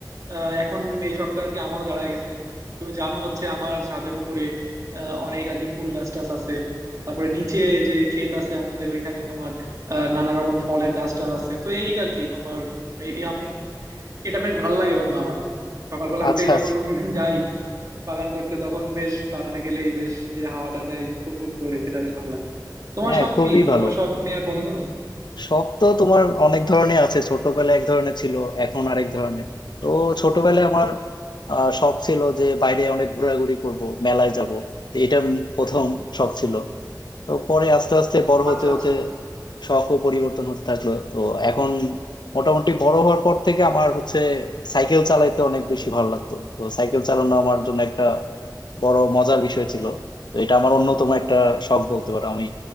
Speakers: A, on the right; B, on the left.
A: আহ, এখন এই শখটা আর কি আমারও দাঁড়ায় গেছে তুমি জানো হচ্ছে আমার ছাদের উপরে আহ, অনেক আর কি ফুল গাছ টাছ আছে তারপরে নিচে যে ক্ষেত আছে আমাদের ওইখানে তোমার আহ, নানা রকম ফলের গাছ টাছ আছে তো এই আর কি তোমার এই আমি এটা বেশ ভালো লাগে বন্ধু আমার সকালবেলা
B: আচ্ছা
A: উঠেই যখন
B: আচ্ছা
A: <laughs> যাই বাগান করতে তখন বেশ বাগানে গেলেই বেশ যে হাওয়াটা দেয় ফুরফুর করে সেটা বেশ ভালো লাগে তোমার
B: হ্যাঁ
A: শখ
B: খুবই
A: কি
B: ভালো
A: তোমার শখ নিয়ে আর বলো তো
B: শখ তো তোমার অনেক ধরনের আছে ছোটবেলায় এক ধরনের ছিল এখন আরেক ধরনের তো ছোটবেলায় আমার আহ, শখ ছিল যে বাইরে অনেক ঘোরাঘুরি করব মেলায় যাব এটা প্রথম শখ ছিল তো পরে আস্তে আস্তে বড় হতে
A: আচ্ছা
B: হতে
A: আচ্ছা
B: শখও পরিবর্তন হতে থাকলো তো এখন মোটামুটি বড় হওয়ার পর থেকে আমার হচ্ছে সাইকেল চালাইতে অনেক বেশি ভালো লাগতো তো সাইকেল চালানো আমার জন্য একটা বড় মজার বিষয় ছিল তো এটা আমার অন্যতম একটা শখ বলতে পারো আমি